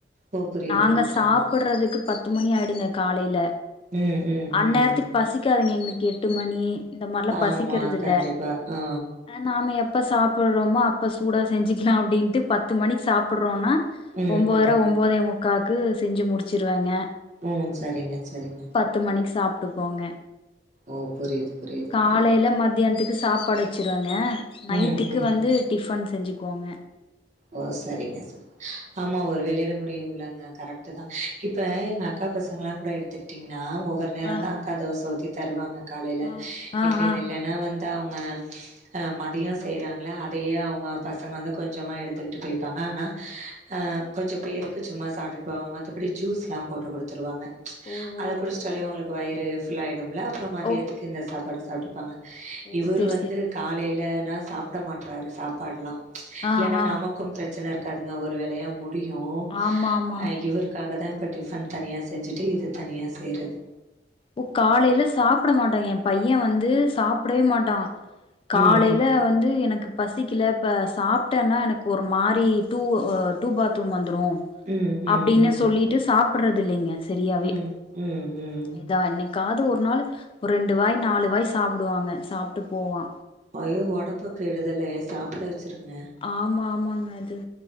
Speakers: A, on the right; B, on the left.
A: ஓ புரியுதுங்க
B: நாங்க
A: புரியுதுங்க.
B: சாப்பட்றதுக்கு பத்து மணி ஆய்டுங்க காலையில
A: ம் ம்
B: அந்நேரத்துக்கு
A: ம் ம்.
B: பசிக்காதுங்க எங்களுக்கு எட்டு மணி இந்த மாரிலா
A: ஆமா
B: பசிக்கரதில்ல
A: கண்டிப்பா. ஆ.
B: நாம எப்போ சாப்புட்றோமோ அப்போ சூடா செஞ்சுக்கலாம் அப்டின்ட்டு பத்து மணிக்கு சாப்புட்றோனா
A: ம்
B: ஒன்போதர
A: ம்.
B: ஒன்பதே முக்காக்கு செஞ்சு முடிச்சிருவேங்க
A: ம் சரிங்க சரிங்க
B: த்து மணிக் சாப்ட்டுபோங்க
A: ஓ புரியுது புரியுது
B: காலேல
A: புரியுது.
B: மத்யான்துக்கு சாப்பாடு ச்சோருங்க நைட்டுக்கு
A: ம் ம்
B: வந்து டிஃபன் செஞ்சுக்கோங்க
A: ஓ சரிங்க சர் ஆமா ஒரு வேளையோட முடியும்லங்க கரெக்ட்டு தா இப்ப எங்க அக் கா பசங்களாங் கூட எத்துக்கிட்டிங்ன்னா ஒவ்வொரு நேரந்தா
B: ஆ
A: அக்கா தோச உத்தி தருவாங்க காலேல்
B: ஆ ஆ
A: இட்லின்
B: ஆ
A: நெல்ல நா வந்து அவங்க அ மதியோம் செய்றாங்கள அதையே அவங்க பசங்க வந்து கொஞ்சமா எடுத் துக்கிட்டு போய்பாங்க ஆனா அ கொஞ்ச பேருக்கு சும்மா சாப்ட்டுட்டு போவாங்க மத்தபடி ஜூஸ்லாம் போட்டு குடுத்துருவாங்க
B: ஓ
A: அத
B: ஓ
A: குடிச்ட்டாலே
B: ஆ
A: உங்களுக்கு வயுரு ஃபுல் ஆயிடும்ல அப்றோம் மதியத்துக்கு
B: ஓ
A: இந்த சாப்பாடு சாப்ட்டுப்பாங்க
B: ஓ
A: இவரு
B: சேரி
A: வந்து
B: சேரி
A: காலையிலனா சாப்ட மாட்றாரு சாப்பாடுல்லா
B: ஆ
A: இல்லன்னா
B: ஆ
A: நமக் கும் பிரச்சன இருக்காதுங்க ஒரு வேலையா முடியு
B: ஆமா ஆமா
A: அ இவருக் காக தா இப்போ டிஃபன் தனியாக செஞ்சுட்டு இது தனியா செய்றது
B: ஓ காலேல சாப்ட மாட்டாய்ங்க எ பைய வந்து சாப்டயே மாட்டா காலையில
A: ம்
B: வந்து எனக்குப் பசிக்கல இப்போ சாப்ட்டேன்னா எனக்கு ஒரு மாரி டூ டூ பாத்ரூம் வந்துரு
A: ம் ம்
B: அப்டின்னு
A: ம் ம்
B: சொல்லிட்டு சாப்புட்றது இல்லைங்க செரியாவே
A: ம் ம்
B: இதா என்னைக்காது ஒரு நாள் ஒரு ரெண்டு வாய் நாலு வாய் சாப்புடுவாங்க சாப்ட்டு போவா
A: அய்யோ உடம்புக் கெடுதலு சாப்புட வச்சுருங்க
B: ஆமா ஆமாங்க அது